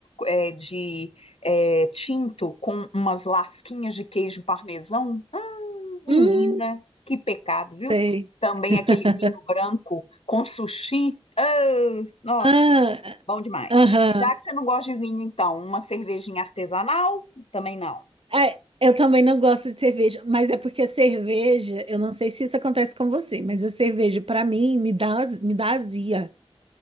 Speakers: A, on the left; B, on the right.
A: é, de é, tinto com umas lasquinhas de queijo parmesão Menina,
B: Hum,
A: que pecado, viu?
B: sei.
A: Também
B: <laughs>
A: aquele vinho branco com sushi. Ah, nossa,
B: Ah,
A: bom demais.
B: Aham.
A: E já que você não gosta de vinho, então, uma cervejinha artesanal? Também não.
B: Ah, eu também não gosto de cerveja, mas é porque a cerveja, eu não sei se isso acontece com você, mas a cerveja, pra mim, me dá, me dá azia.